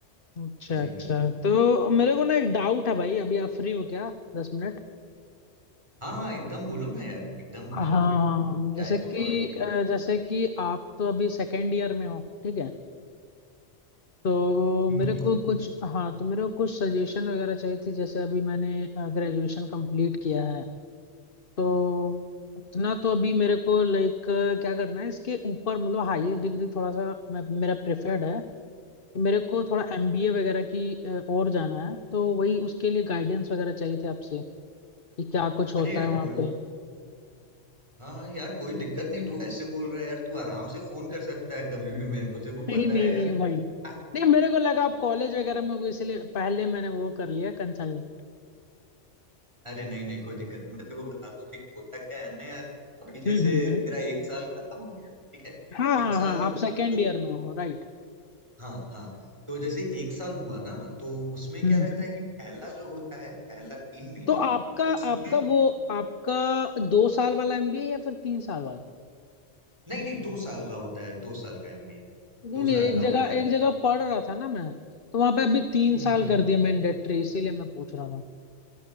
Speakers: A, on the left; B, on the right.
A: अच्छा
B: उसी
A: अच्छा
B: पे था
A: तो मेरे को ना एक डाउट है भाई अभी आप फ्री हो क्या दस मिनट
B: हाँ हाँ एकदम बोलो ना यार एकदम
A: हाँ
B: मैं
A: हाँ,
B: हूँ यार
A: जैसे
B: चाय
A: कि
B: पकौड़े पी
A: अ,
B: रहा था
A: जैसे कि आप तो अभी सेकेंड ईयर में हो ठीक है तो
B: हम्म
A: मेरे
B: हम्म।
A: को कुछ हाँ तो मेरे को कुछ सजेशन वगैरह चाहिए थी जैसे अभी मैंने ग्रेजुएशन कंप्लीट किया है तो उतना तो अभी मेरे को लाइक क्या करना है इसके ऊपर मतलब हाईएस्ट डिग्री थोड़ा सा मैं, मेरा प्रेफर्ड है मेरे को थोड़ा एमबीए वगैरह की अ, ओर जाना है तो वही उसके लिए गाइडेंस वगैरह चाहिए थे आपसे कि क्या कुछ होता
B: अरे यार
A: है वहाँ
B: कोई
A: पे <laughs>
B: हाँ यार कोई दिक्कत नहीं तू ऐसे बोल रहा है यार तू आराम से फोन कर सकता है कभी भी मेरे को तेरे को
A: नहीं
B: पता
A: नहीं
B: है यार
A: नहीं भाई
B: हाँ,
A: नहीं मेरे को लगा आप कॉलेज वगैरह में हो इसलिए पहले मैंने वो कर लिया कंसल्ट
B: अरे नहीं नहीं कोई दिक्कत नहीं मैं तेरे को बताता हूँ देख होता क्या है ना यार अभी
A: हम्म
B: जैसे
A: हम्म हम्म।
B: मेरा एक साल खत्म हो गया ठीक है
A: हाँ हाँ
B: एक साल
A: हाँ आप सेकेंड
B: जो
A: ईयर में हो राइट
B: हाँ हाँ तो जैसे एक साल हुआ ना तो उसमें
A: हम्म
B: क्या रहता
A: हम्म।
B: है कि पहला जो होता है पहला तीन महीना
A: तो आपका
B: उसमें
A: आपका वो आपका दो साल वाला एमबीए या फिर तीन साल वाला
B: नहीं नहीं दो साल का होता है दो साल का एमबीए
A: नहीं
B: दो
A: नहीं
B: साल
A: एक
B: का
A: जगह
B: होता
A: एक
B: है
A: जगह पढ़ रहा था ना मैं तो वहां पे अभी तीन
B: हम्म, हम्म,
A: साल
B: हम्म।
A: कर दिया मैंडेटरी इसीलिए मैं पूछ रहा था